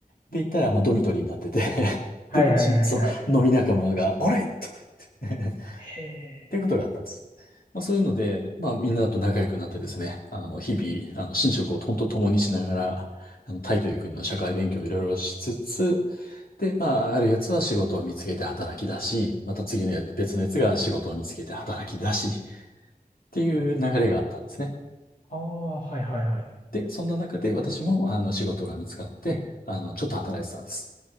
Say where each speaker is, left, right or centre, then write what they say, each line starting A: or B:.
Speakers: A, on the left; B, on the left.
A: で、行ったら、まあ、ドミトリーになってて <laughs>
B: はいはいはいはい。
A: で、そう、飲み仲間が、あれとか言って <laughs> っ
B: へえ。
A: ていうことがあったんです。まあ、そういうので、
B: あ
A: まあ、みんなと仲良くなってですね、あの、日々、あの、寝食を本当共にしながら、あの、タイという国の社会勉強をいろいろしつつ、で、まあ、あるやつは仕事を見つけて働き出し、また次のや別のやつが仕事を見つけて働き出し、っていう流れがあったんですね。
B: あー、はいはいはい。
A: で、そんな中で私もあの仕事が見つかって、あの、ちょっと働いてたんです。